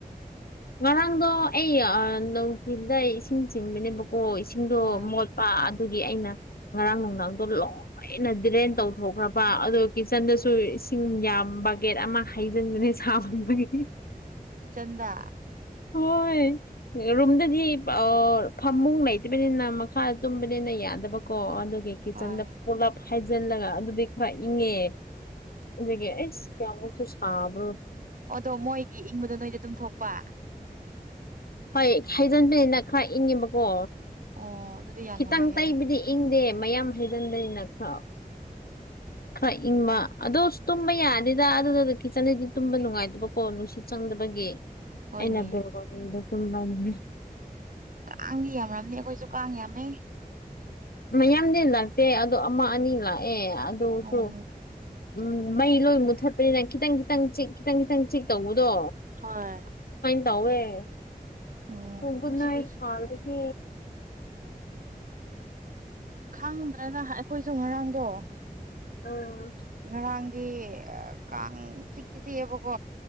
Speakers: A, on the left (about 75°); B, on the right (about 60°).
A: ꯉꯔꯥꯡꯗꯣ ꯑꯩ ꯑ ꯉꯨꯡꯊꯤꯟꯗ ꯏꯁꯤꯡ ꯆꯤꯡꯕꯅꯦꯕ ꯀꯣ ꯏꯁꯤꯡꯗꯣ
B: ꯍꯣꯏ
A: ꯃꯣꯠꯄꯥ ꯑꯗꯨꯒꯤ ꯑꯩꯅ ꯉꯔꯥꯡ ꯅꯨꯡꯗꯥꯡꯗꯣ ꯂꯣꯏꯅ ꯗ꯭ꯔꯦꯟ ꯇꯧꯊꯣꯛꯈ꯭ꯔꯕ ꯑꯗꯣ ꯀꯤꯠꯆꯟꯗꯁꯨ ꯏꯁꯤꯡ ꯌꯥꯝ ꯕꯀꯦꯠ ꯑꯃ ꯍꯩꯖꯟꯕꯅꯦ ꯁꯥꯃꯟꯕꯒꯤ
B: ꯀꯤꯆꯟꯗ
A: ꯍꯣꯏ ꯔꯨꯝꯗꯗꯤ ꯑꯣ ꯐꯃꯨꯡ ꯂꯩꯇꯕꯅꯤꯅ ꯃꯈꯥꯗ ꯇꯨꯝꯕꯅꯤꯅ ꯌꯥ ꯌꯥꯗꯕꯀꯣ ꯑꯗꯨꯒꯤ ꯀꯤꯠꯆꯟꯗ
B: ꯍꯣꯏ
A: ꯄꯨꯂꯞ ꯍꯩꯖꯤꯜꯂꯒ ꯑꯗꯨꯗꯤ ꯈꯔ ꯏꯪꯉꯦ ꯑꯗꯨꯒꯤ ꯑꯩꯁ ꯀꯌꯥꯃꯨꯛꯁꯨ ꯁꯥꯕ꯭ꯔꯣ
B: ꯑꯣꯗꯣ ꯃꯣꯏꯒꯤ ꯏꯪꯕꯗ ꯅꯣꯏꯗ ꯑꯗꯨꯝ ꯊꯣꯛꯄ
A: ꯍꯣꯏ ꯍꯩꯖꯤꯟꯗꯦꯅ ꯈꯔ ꯏꯪꯉꯦꯕꯀꯣ
B: ꯑꯣ ꯑꯗꯨꯗꯤ ꯌꯥꯝ
A: ꯈꯤꯇꯪ
B: ꯅꯨꯡꯉꯥꯏꯌꯦꯅ
A: ꯇꯩꯕꯗꯤ ꯏꯪꯗꯦ ꯃꯌꯥꯝ ꯍꯩꯖꯤꯟꯕꯅꯤꯅ ꯈꯔ ꯈꯔ ꯏꯪꯕ ꯑꯗꯣ ꯇꯨꯝꯕ ꯌꯥꯗꯦꯗ ꯑꯗꯨꯗ ꯀꯤꯠꯆꯟꯗꯗꯤ ꯇꯨꯝꯕ ꯅꯨꯡꯉꯥꯏꯇꯕꯀꯣ ꯅꯨꯡꯁꯤꯠ ꯆꯪꯗꯕꯒꯤ
B: ꯍꯣꯏꯅꯦ
A: ꯑꯩꯅ ꯕꯦꯜꯀꯣꯅꯤꯗ ꯇꯨꯝꯔꯝꯕꯅꯦ
B: ꯀꯥꯡꯗꯤ ꯌꯥꯝꯔꯝꯅꯤ ꯑꯩꯈꯣꯏꯁꯨ ꯀꯥꯡ ꯌꯥꯝꯃꯦ
A: ꯃꯌꯥꯝꯗꯤ ꯂꯥꯛꯇꯦ ꯑꯗꯣ ꯑꯃ ꯑꯅꯤ ꯂꯥꯛꯑꯦ ꯑꯗꯣꯁꯨ
B: ꯑꯣ
A: ꯎꯝ ꯃꯩ ꯂꯣꯏ ꯃꯨꯠꯊꯠꯄꯅꯤꯅ ꯈꯤꯇꯪ ꯈꯤꯇꯪ ꯆꯤꯛ ꯈꯤꯇꯪ ꯈꯤꯇꯪ ꯆꯤꯛ ꯇꯧꯕꯗꯣ
B: ꯍꯣꯏ
A: ꯇꯥꯎꯌꯦ
B: ꯑꯣ
A: ꯒꯨ ꯒꯨꯠꯅꯥꯏꯠ
B: ꯑꯁꯤꯁꯨ
A: ꯊꯥꯕꯒꯤ
B: ꯈꯥꯡꯕ꯭ꯔꯥꯅ ꯑꯩꯈꯣꯏꯁꯨ ꯉꯔꯥꯡꯗꯣ
A: ꯑꯝ
B: ꯉꯔꯥꯡꯗꯤ ꯑ ꯀꯥꯡ ꯆꯤꯛꯇꯤ ꯆꯤꯛꯑꯦꯕꯀꯣ